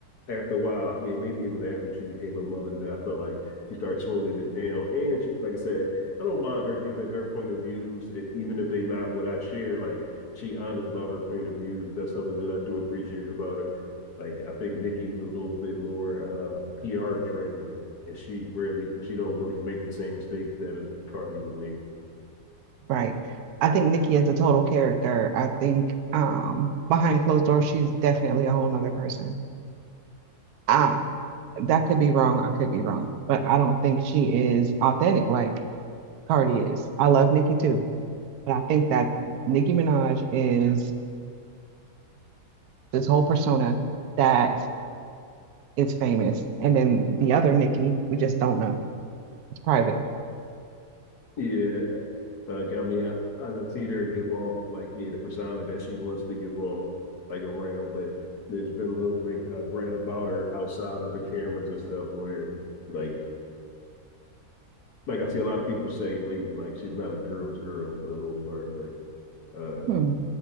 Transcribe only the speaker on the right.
right? I think Nikki is a total character. I think um, behind closed doors, she's definitely a whole nother person. I that could be wrong. I could be wrong, but I don't think she is authentic like Cardi is. I love Nikki too. But I think that Nicki Minaj is this whole persona that is famous. And then the other Nicki, we just don't know. It's private.
Hmm.